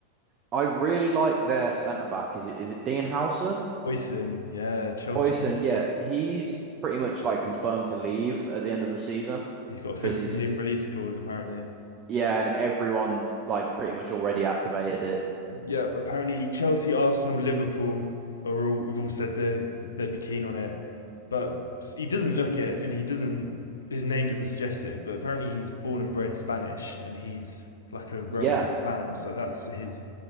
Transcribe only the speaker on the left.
Hoyson, yeah, Chelsea.
He's got a 50
million release clause apparently.
yeah, apparently Chelsea, Arsenal, Liverpool are all have all said they they'd be keen on it, but he doesn't look it, and he doesn't. His name doesn't suggest it, but apparently he's born and bred Spanish, and he's like a Real
Madrid fan, so that's his